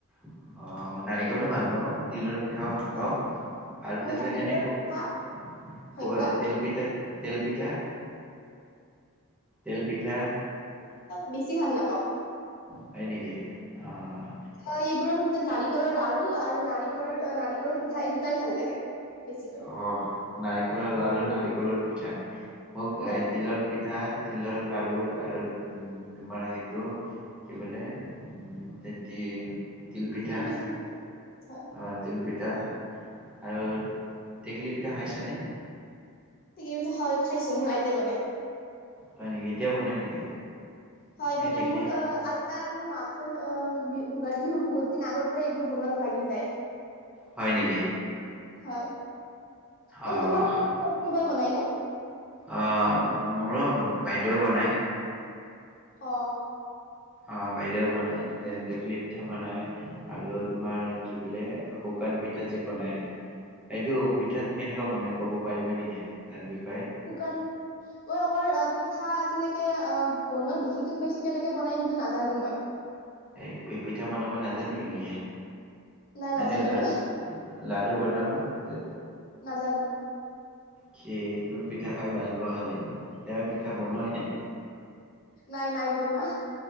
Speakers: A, in the centre; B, on the left.
A: অ, নাৰিকলো ভাল পাওঁ তিলৰ। পিঠাও ভাল পাওঁ
B: অ
A: আৰু
B: মই
A: তাৰপিছত
B: নাৰিকলৰ
A: এনে খ
B: পিঠা হয় কোৱা
A: তেল পিঠা। তেলপিঠা। তেল পিঠা।
B: বেছি ভাল নাপাওঁ।
A: হয় নেকি? অ'
B: এইবোৰৰ ভিতৰত নাৰিকলৰ ল়ু আৰু নাৰিকলৰ নাৰিকলৰ পিঠা এই দুটাই ভাল লাগে। বেছিকৈ
A: অ, নাৰিকল লাৰু নাৰিকল। কলৰ পিঠা। মোক
B: হয়
A: তিলৰ পিঠা। তিলৰ লাৰু আৰু তোমাৰ সেইটো কি বোলে, উম তেতি। তিলপিঠা।
B: তিল পিঠা নেকি? হয়
A: অ, তিল। পিঠা আৰু টেকেলী পিঠা খাইছানে?
B: তেকেলি পিঠা খাইছো মোৰ আইতাই বনাই।
A: হয় নেকি, এতিয়া বনাই নেকি?
B: হয় বনাই,
A: এই টেকলি
B: মোৰ অ আলতা আৰু মাক নতুন অ বিহু ভোগালী বিহুৰ বহুত দিন আগৰ পৰাই এইবোৰ বনত লাগি যায়।
A: হয় নেকি?
B: হয়। বাৰু
A: অ'
B: তোমাৰ ঘৰত কোনোবাই কোনোবাই । বনাই নে?
A: অ, মোৰো বাইদেউও বনাই।
B: অঁ।
A: অ', বাইদেউ বনাই টেকলি পিঠা বনাই, আৰু তোমাৰ কি বোলে শুকান পিঠা যে বনাই এইটো পিঠাটো কেনেকুৱা বনাই ক'ব পাৰিবা নেকি তাৰ বিষয়ে।
B: শুকান মই অকল পিঠা আজিলৈকে অ বনোৱা দেখি। সটো পাইছো কেনেকে বনাই নন্তু নাজানো মই।
A: এই পিঠা বনাব নাজান নেকি নেকি।
B: নাই নাজানো
A: এনে লাৰ
B: মই
A: লাৰু বনাব ।
B: নাজানো
A: স তুমি পিঠা খাই ভাল পোৱা খালি পিঠা বনোৱাই নাই'
B: নাই নাই বনোৱা।